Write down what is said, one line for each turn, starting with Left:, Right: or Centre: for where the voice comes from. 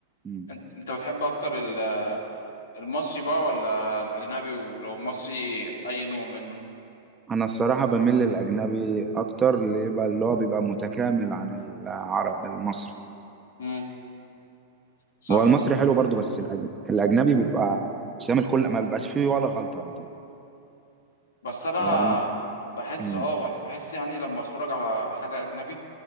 Right: م.
Left: انت انت بتحب اكتر ال- المصري بقى ولا الاجنبي ولو مصري اي نوع منه
Right: انا الصراحه بميل للاجنبي اكتر اللي يبقى اللي هو بيبقى متكامل عن العر... المصري
Left: امم صح
Right: هو المصري حلو برضو بس الاجنبي الاجنبي بيبقى شامل كل ما بيبقاش فيه ولا غلطه يعتبر
Left: بس انا
Right: يعني
Left: بحس
Right: م.
Left: اه بح- بحس يعني لما اتفرج على حاجة اجنبي